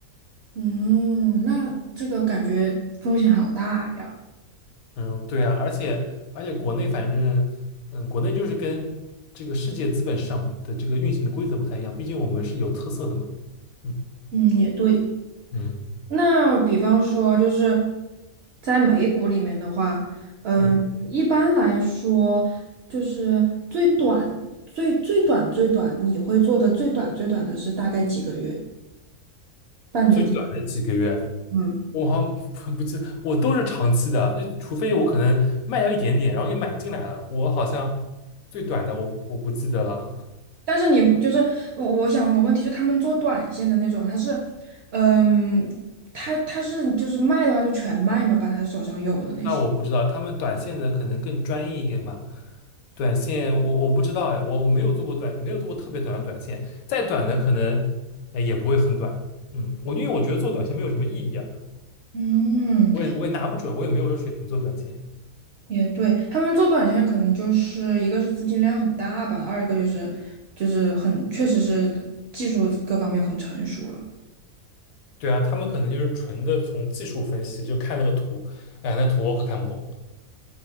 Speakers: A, on the right; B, on the left.
A: 嗯，那这个感觉风险好大呀。
B: 嗯，对啊，而且而且国内反正，嗯，国内就是跟这个世界资本市场的这个运行的规则不太一样，毕竟我们是有特色的嘛。嗯
A: 嗯，也对。
B: 嗯
A: 那比方说，就是在美股里面的话，嗯，
B: 嗯，
A: 一般来说，就是最短、最最短、最短，你会做的最短、最短的是大概几个月？半年？
B: 最短的几个月。
A: 嗯。
B: 我好像不不记，我都是长期的，就除非我可能卖掉一点点，然后又买进来了，我好像最短的我我不记得了。
A: 但是你就是我，想问个问题，就他们做短线的那种，他是，嗯，他他是就是卖的话就全卖嘛，把他手上有的那些。
B: 那我不知道，他们短线的可能更专业一点吧。短线我我不知道哎，我我没有做过短，没有做过特别短的短线，再短的可能哎也不会很短。嗯，我因为我觉得做短线没有什么意义啊，
A: 嗯，
B: 我也我也拿不准，我也没有这水平做短线。
A: 也对，他们做短线可能就是一个是资金量很大吧，二一个就是就是很确实是技术各方面很成熟了。
B: 对啊，他们可能就是纯的从技术分析，就看那个图，哎，那图我可看不懂。